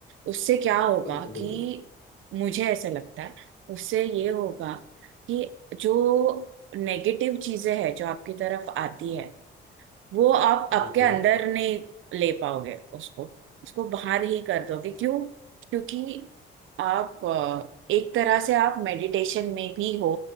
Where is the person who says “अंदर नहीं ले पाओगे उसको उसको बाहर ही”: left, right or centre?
Right